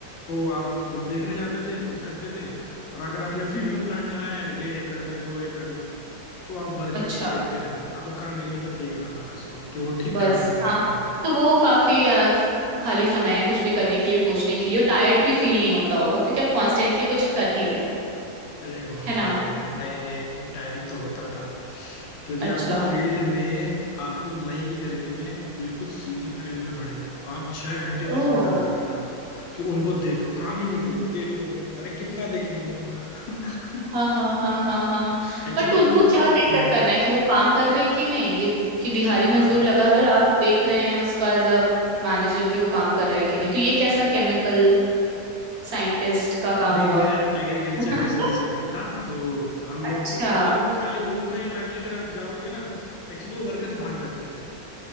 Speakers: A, on the left; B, on the right.
A: तो आप खुद देखने जाते थे खुद करते थे और अगर आपने फील्ड
B: हम्म,
A: में प्लांट लगाया है डेढ़ एकड़ में दो एकड़ में तो आप वर्कर्स
B: अच्छा
A: को देखते रहते थे आपका काम एक ही था देखना वर्कर्स को कि वो ठीक
B: बस
A: काम कर रहे
B: हाँ
A: हैं कि नहीं
B: तो वो काफी अ, खाली समय है कुछ भी करने के लिए सोचने के लिए और टायर्ड भी फील नहीं होता होगा क्योंकि आप कॉन्स्टेंटली कुछ कर नहीं रहे हैं
A: अरे बहुत
B: है
A: टायरिंग
B: ना
A: नहीं नहीं नहीं टायरिंग तो होता था क्योंकि
B: अच्छा
A: आपको फील्ड में आपको मई की गर्मी में बिल्कुल सीधे फील्ड में खड़े हो आप छह घंटे वहीं
B: ओ
A: खड़ा कर रखा आपको कि उनको देखो काम ही नहीं कोई देखो उनको अरे कितना देखें इनको <laughs>
B: हाँ हाँ हाँ हाँ हाँ
A: एक्चुअली
B: बट उनको
A: वो हम्म,
B: क्या देखकर करना है कि वो काम कर रहे हैं कि नहीं ये कि दिहाड़ी
A: हाँ
B: मजदूर लगा हुआ है और आप देख रहे हैं उसका एज अ मैनेजर कि वो काम कर रहा है कि नहीं तो ये कैसा केमिकल साइंटिस्ट का काम
A: नहीं
B: हुआ
A: मेरा एग्रीकल्चर
B: <laughs>
A: रिसर्च सेंटर था तो हम
B: अच्छा
A: लोग को मतलब वो खाली उनका ये था कि अगर आप जाओगे ना एक्चुअली वो वर्कर्स भाग जाते थे